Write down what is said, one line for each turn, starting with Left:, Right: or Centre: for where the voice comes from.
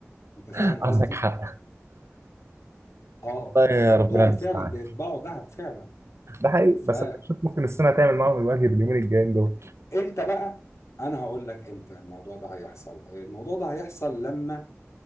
Left: انت فاهم
Right: عندك
Left: قصدي؟
Right: حق
Left: اه
Right: والله
Left: يبقى
Right: يا
Left: عندهم
Right: ربنا المستعان
Left: فعلا بيطبعوا ذهب فعلا
Right: ده حقيقي
Left: فامتى
Right: بس أنا بشوف ممكن الصين هتعمل معاهم الواجب اليومين الجايين دول
Left: بقى؟ انا هقول لك امتى الموضوع ده هيحصل الموضوع ده هيحصل لما